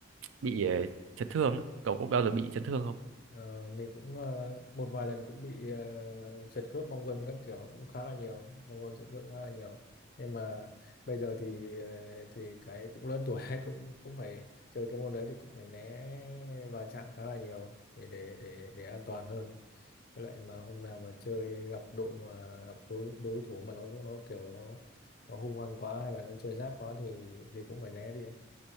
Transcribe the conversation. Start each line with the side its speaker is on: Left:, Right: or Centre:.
Right: bị ờ, chấn thương ấy. cậu có bao giờ bị chấn thương không
Left: Ờ, mình cũng ờ, một vài lần cũng bị ờ, giật khớp bong gân các kiểu cũng khá là nhiều bong gân giật khớp khá là nhiều nên mà bây giờ thì ờ, thì cái cũng lớn tuổi <laughs> cũng cũng phải chơi cái môn đấy thì cũng phải né va chạm khá là nhiều để để để để an toàn hơn ấy. Với lại mà hôm nào mà chơi gặp đội mà gặp đối đối thủ mà nó nó kiểu nó nó hung hăng quá hay là nó chơi rát quá thì thì cũng phải né đi ấy.